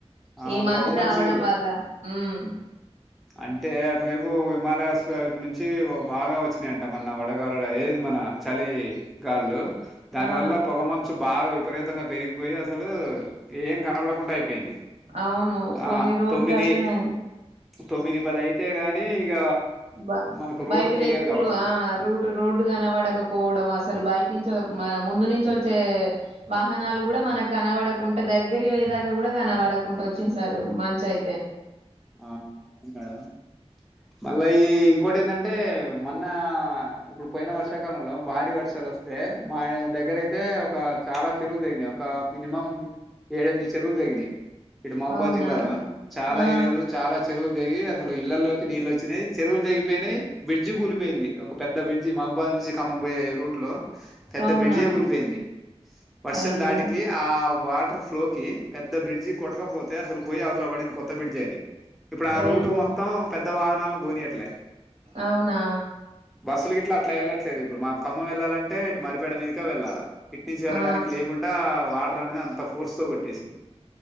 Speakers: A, in the centre; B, on the right.
A: ఆ
B: ఈ మంచు
A: పొగమంచు
B: రావడం వల్ల హు అ
A: అంటే అటువైపు హిమాలయస్ వైపు నుంచి బాగా వచ్చినాయంట మొన్న వడగాలులు ఏది మన చలి గాలులు దాని
B: ఆ!
A: వల్ల పొగ మంచు బాగా విపరీతంగా పెరిగిపోయి అసలు ఏం కనబడకుండా అయిపోయింది
B: అవును.
A: ఆ
B: కొన్ని రోజులు
A: తొమ్మిది
B: అట్లనే
A: తొమ్మిది పది అయితే గాని ఇక
B: బ
A: మనకు రోడ్డు
B: బయట
A: క్లియర్
B: వ్యక్తులు
A: కావట్లేదు
B: ఆ రూట్ రోడ్డు కనబడకపోవడం అసలు బయ నుంచో మన ముందు నుంచి వచ్చే వాహనాలు కూడా మన కనపడకుంటే దగ్గర వయ్యేదాకా కూడా కనవడకుంట వచ్చింది సార్ మంచు అయితే
A: ఆ అవును మేడం మళ్ళా ఈ ఇంకోటి ఏందంటే మొన్న ఇప్పుడు పోయిన వర్షాకాలంలో భారీ వర్షాలు వస్తే మా దగ్గరయితే ఒక చాలా చెరువులు తిగినాయి ఒక మినిమం ఏడెనిమిది చెరువులు తగినాయి ఇటు మౌబాద్
B: అవునా
A: జిల్లాలో చాలా
B: ఆ
A: ఏరియాలలో చెరువులు తెిగి అసలు ఇళ్లల్లోకి నీళ్ళు వచ్చినాయి చెరువులు తెగిపోయినాయి బ్రిడ్జ్ కూలిపోయింది ఒక పెద్ద బ్రిడ్జి మౌబాద్ నుంచి ఖమ్మం పొయ్యే రూట్ లో పెద్ద
B: అవునా
A: బిడ్జే ఎ కూలిపోయింది వర్షం
B: అయ్యో
A: దాటికి ఆ వాటర్ ఫ్లోకి పెద్ద బ్రిడ్జి కొట్టకపోతే అసలు పోయి అవుతల పడింది కొత్త బ్రిడ్జ్ ఏ అది ఇప్పుడు ఆ
B: అయ్యో
A: రూటు మొత్తం పె ద్ద వాహనాలను పోనినీయట్లే
B: అవునా
A: బస్సులు గిట్లా అట్లా వెళ్లట్లేదు ఇప్పుడు మా ఖమ్మం వెళ్ళలంటే ఇటు మరిపేడ మీదుగా వెళ్ళాల ఇట్ నుంచి వెళ్ళడానికి
B: ఆ
A: లేకుంటా వా టర్ అనేది అంత ఫోర్స్ తో కొట్టేసింది